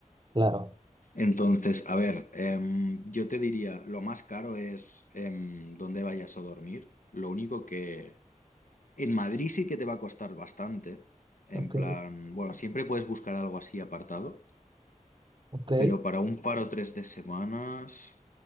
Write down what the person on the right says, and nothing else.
Claro,
ok,
ok.